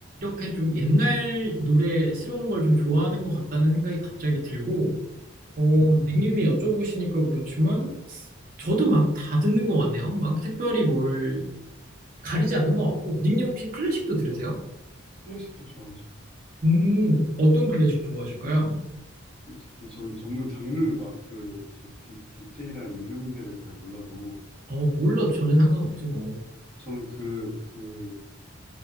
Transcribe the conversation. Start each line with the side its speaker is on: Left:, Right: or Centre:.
Right: 이렇게 좀 옛날 노래스러운 걸 좀 좋아하는 것 같다는 생각이 갑자기 들고 어,
Centre: 음,
Right: 닉님이 여쭤보시니까 그렇지만 저도 막 다 듣는 것 같네요. 막 특별히 뭘 가리지 않는 것 같고 닉님 혹시 클래식도 들으세요?
Centre: 클래식도 좋아하죠.
Right: 음, 어떤 클래식 좋아하실까요?
Centre: 그- 근데 저는 전문 장르 막 그 디테일한 이름들은 잘 몰라서
Right: 어, 몰라 전혀 상관없지 뭐.
Centre: 저는 그, 그